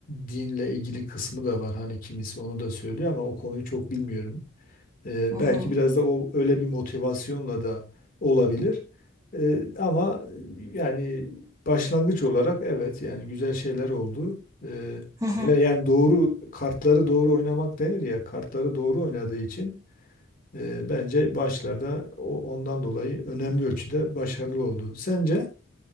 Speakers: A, on the left; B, on the right.
A: dinle ilgili kısmı da var. Hani kimisi onu da söylüyor ama o konuyu çok bilmiyorum. E,
B: Hı hı.
A: belki biraz da o öyle bir motivasyonla da olabilir. E, ama e, yani başlangıç olarak evet yani güzel şeyler oldu. E,
B: Hı hı.
A: ve yani doğru kartları doğru oynamak denir ya kartları doğru oynadığı için e, bence başlarda o, ondan dolayı önemli ölçüde başarılı oldu. Sence?